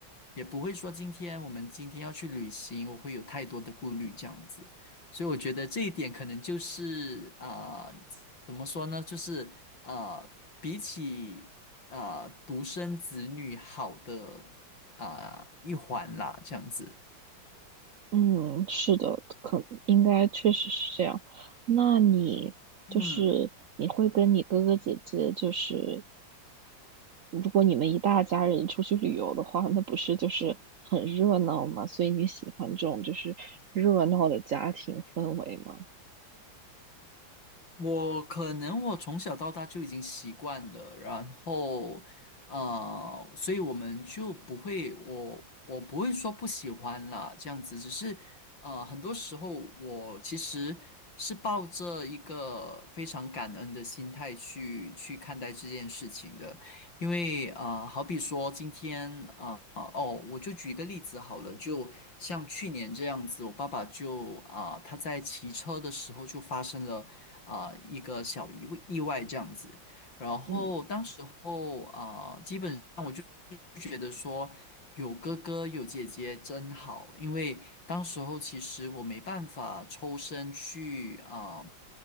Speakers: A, on the left (about 65°); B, on the right (about 60°).
A: 也不会说今天我们今天要去旅行，我会有太多的顾虑这样子。所以我觉得这一点可能就是啊、呃怎么说呢？就是啊，比起啊独生子女好的啊、呃一环啦，这样子。
B: 嗯，是的，可应该确实是这样。那你就是你会跟你哥哥姐姐，
A: 嗯，
B: 就是如果你们一大家人出去旅游的话，那不是就是很热闹嘛？所以你喜欢这种就是热闹的家庭氛围吗？
A: 我可能我从小到大就已经习惯了，然后呃，所以我们就不会，我我不会说不喜欢啦，这样子，只是呃，很多时候我其实是抱着一个非常感恩的心态去去看待这件事情的，因为啊，好比说今天啊呃哦，我就举一个例子好了，就像去年这样子，我爸爸就啊、他在骑车的时候就发生了。啊、一个小意外意外这样子。然后当时候啊、
B: 嗯
A: 基本上我就就觉得说有哥哥有姐姐真好，因为当时候其实我没办法抽身去啊、